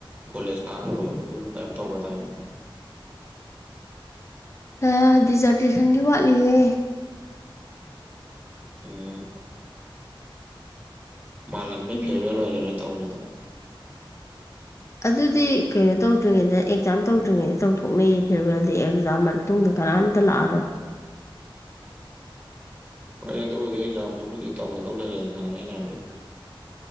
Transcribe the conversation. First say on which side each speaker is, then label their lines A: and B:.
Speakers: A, on the right (about 20°); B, on the left (about 30°).
A: ꯀꯣꯂꯦꯁ ꯀꯥꯕ ꯂꯣꯏꯕꯗꯨꯝ ꯀꯩꯌꯤꯝ ꯇꯧꯒꯗꯥꯏꯅꯦ
B: ꯍꯥ ꯗꯤꯖꯥꯔꯇꯦꯁꯟꯒꯤ ꯋꯥꯠꯂꯤꯌꯦ
A: ꯎꯝ ꯃꯥꯜꯍꯟꯕ
B: ꯎꯝ
A: ꯐꯤꯌꯔꯋꯦꯜ ꯑꯣꯏꯔꯦ ꯅꯣꯏ ꯇꯧꯔꯤꯗꯣ
B: ꯑꯗꯨꯗꯤ ꯀꯩꯅꯣ ꯇꯧꯗ꯭ꯔꯤꯉꯩꯗ ꯑꯦꯛꯖꯥꯝ ꯇꯧꯗ꯭ꯔꯤꯉꯩꯗ ꯇꯧꯊꯣꯛꯅꯩꯌꯦ ꯐꯦꯔꯋꯦꯜꯗ ꯑꯦꯛꯖꯥꯝ ꯇꯨꯡꯗ ꯀꯅꯥꯝꯇ ꯂꯥꯛꯑꯔꯣꯏ
A: ꯍꯣꯏ ꯑꯗꯨꯕꯨꯗꯤ ꯑꯦꯛꯖꯥꯝꯗꯨꯕꯨꯗꯤ ꯇꯧꯅꯗꯧ ꯂꯩꯔꯦꯅ ꯑꯩꯅ ꯍꯥꯏꯗꯤ